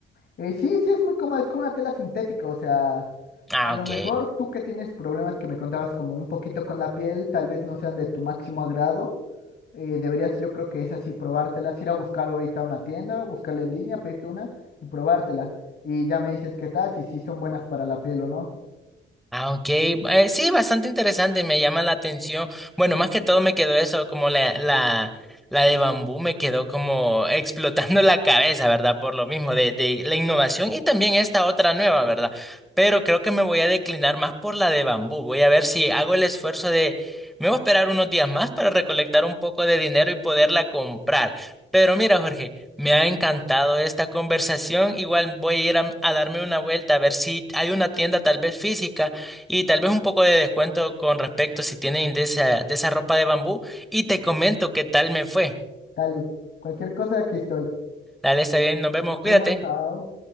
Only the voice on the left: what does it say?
Eh, sí, sí, es muy cómoda, es como una tela sintética, o sea,
a lo
mejor tú que tienes problemas que me contabas como un poquito con la piel, tal vez no sean de tu máximo agrado, eh, deberías yo creo que es así, probártelas, ir a buscar ahorita a una tienda, buscarla en línea, pedirte una y probártela. Y ya me dices qué tal, si sí son buenas para la piel o no.
Dale, cualquier cosa aquí estoy.
Nos
vemos, chao.